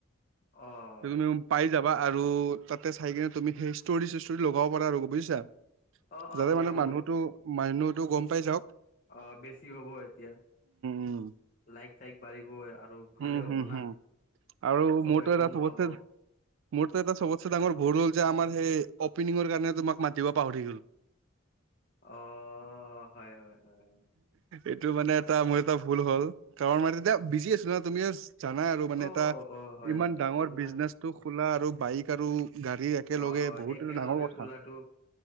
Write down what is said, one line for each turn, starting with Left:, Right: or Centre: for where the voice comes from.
Left: অঁ।
Right: তুমি পাই যাবা আৰু তাতে চাই কিনে তুমি সেই ষ্টৰিষ্টৰি লগাব পাৰা আৰু বুজিছা।
Left: অ' অ'
Right: যাতে
Left: লগাম
Right: মানে মানুহটো মানুহটো গম পাই যাওঁক।
Left: অঁ, বেছি হ'ব। এতিয়া
Right: উম,
Left: লাইক থাইক বাঢ়িবই আৰু ভালে
Right: উম,
Left: হ'ব
Right: হুম, হুম।
Left: না।
Right: আৰু
Left: চবে
Right: মোৰতো এটা
Left: গম
Right: চবতছে
Left: পাব।
Right: মোৰতো এটা চবতচে ডাঙৰ ভুল হ'ল যে আমাৰ সেই অপেনিঙৰ কাৰণে তোমাক মাতিব পাহৰি থাকিলোঁ।
Left: অঁ, হয়, হয়। হয়, হয়, হয়।
Right: এইটো মানে এটা মোৰ এটা ভুল হ'ল। কাৰণ মই তেতিয়া বিজি আছো ন' তুমিও- জানাই আৰু মানে
Left: অ',
Right: এটা
Left: অ', হয়,
Right: ইমান
Left: হয়,
Right: ডাঙৰ
Left: ইমান
Right: বিজনেচটো খোলা আৰু বাইক আৰু- গাড়ী একেলগে
Left: অ',
Right: বহুত
Left: একেলগে
Right: এটা ডাঙৰ কথা।
Left: খোলাটো